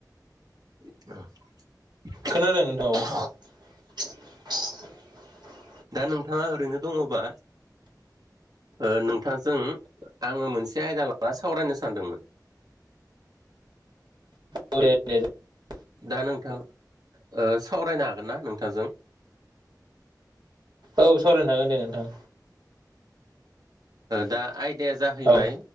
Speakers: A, on the right; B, on the right.
A: <inaudible>
B: खोनादों नोंथां औ <inaudible>
A: दा नोंथाङा ओरैनो दङबा ओ नों नोंथांजों आङो मोनसे आयदा लानानै सावरायनो सानदोंमोन।
B: <unintelligible>
A: दा नोंथां ओ सावरायनो हागोन ना नोंथांजों
B: औ सावरायनो हागोन दे नोंथां
A: दा आयदाया जाहैबाय
B: औ